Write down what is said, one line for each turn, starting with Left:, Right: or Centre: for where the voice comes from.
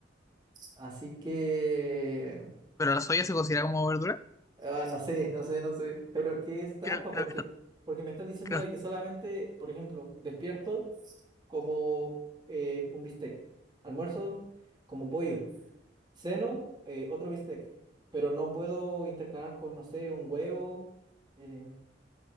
Right: Así que
Left: ¿Pero la soya se considera como verdura?
Right: Ah, no sé, no sé, no sé. Pero es que es trampa
Left: Creo, creo
Right: porque,
Left: que
Right: porque me estás diciendo
Left: no.
Right: de que solamente, por ejemplo, despierto como eh, un bistec, almuerzo como pollo, ceno eh, otro bistec, pero no puedo intercalar con, no sé, un huevo, eh,